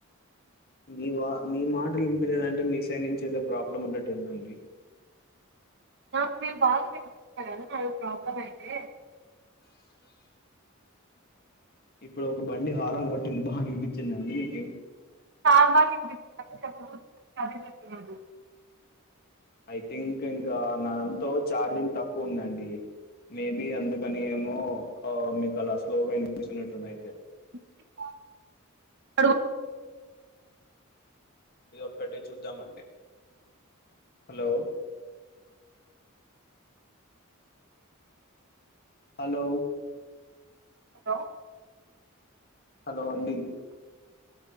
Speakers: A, on the left; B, on the right.
A: మీ వా మీ మాటలు తీయలేదంటే మీ సైడ్ నుంచి ఏదో ప్రాబ్లం ఉన్నట్టు ఉందండి
B: నాకు నేను బాగా వినిపిస్తున్నా కదా నాది ప్రాబ్లమ్ అయితే
A: ఇప్పుడు ఒక బండి హారన్ కొట్టింది బాగా అనిపించిందండి మీకేం
B: సాంబార్ నాకే చెప్పబుద్ధి కాలేదు అందుకే చెప్పలేదు
A: ఐ థింక్ ఇంకా నాదాంట్లో ఛార్జింగ్ తక్కువుందండి మేబి అందుకని ఏమో ఆ మీకు అలా స్లోగా వినిపిస్తునట్టుంది అయితే
B: <inaudible>
A: ఇది ఒక్క డే చూద్దామండి హలో హలో
B: హలో
A: హలో అండి